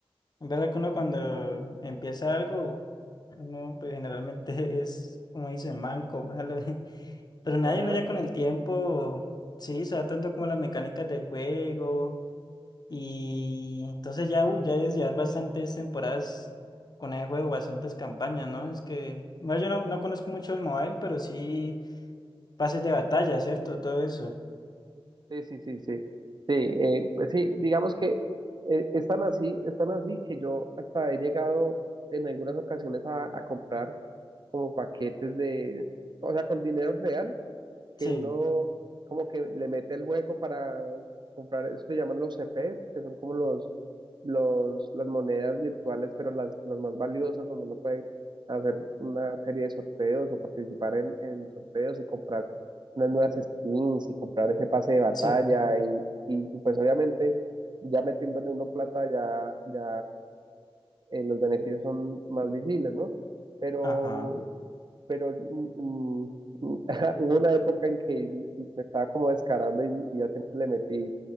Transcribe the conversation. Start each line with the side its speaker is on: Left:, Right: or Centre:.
Left: verdad que uno cuando empieza algo, uno pues generalmente <laughs> es, como dicen, manco, malo, <laughs> pero nadie
Right: Ajá,
Left: uno ya con el tiempo, sí, sabe tanto como las mecánicas del juego, y entonces ya, uy, ya debes llevar bastantes temporadas con el juego, bastantes campañas, ¿no? Es que, bueno, yo no, no conozco mucho el mobile, pero sí pases de batalla, ¿cierto? Todo eso.
Right: sí, sí, sí, sí. Sí, eh, pues sí, digamos que eh, están así, están así que yo hasta he llegado en algunas ocasiones a, a comprar como paquetes de, o sea, con dinero real, que
Left: Sí,
Right: uno como que le mete el juego para comprar, eso se llaman los CPs, que son como los, los, las monedas virtuales, pero las, las más valiosas, donde uno puede hacer una serie de sorteos o participar en, en sorteos y comprar unas nuevas skins y comprar ese pase de batalla
Left: sí,
Right: y, y, y pues obviamente ya metiéndole uno plata ya, ya eh, los beneficios son más visibles, ¿no? Pero
Left: ajá.
Right: pero mm, mm, <laughs> hubo una época en que me estaba como descarando y, y ya siempre le metí